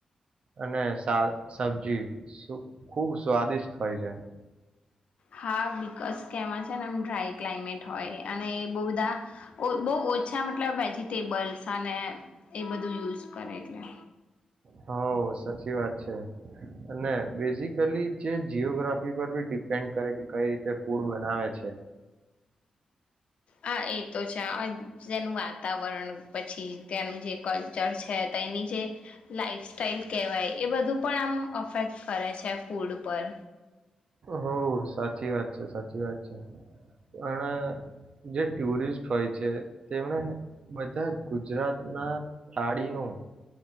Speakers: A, on the right (about 55°); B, on the left (about 60°).
A: અને સા સબ્જી ખૂબ સ્વાદિષ્ટ હોય છે.
B: હા બિકઝ કેવા છે ને એમ ડ્રાય ક્લાઇમેટ હોય અને એ બહ બધા બહ ઓછા મતલબ જી તે બલસને. એ બધું યુઝ કરે એટલે.
A: હ સાચી વાત છે અને બેઝિકલી જે જીઓગ્રાફી પર બી ડિપેન્ડ કરે કે કઈ રીતે ફૂડ બનાવે છે.
B: હા એ તો છે જેનું વાતાવરણ પછી ત્યાંનું જે કલ્ચર છે તેની જે લાાઈફસ્ટાઈલ કહેવાય એ બધું પણ આમ અફેક્ટ કરે છે ફૂડ પર.
A: હો સાચી વાત છે સાચી વાત છે પણ. જે ટુરિસ્ટ હોય છે તેમને બધા ગુજરાતના થાળી ન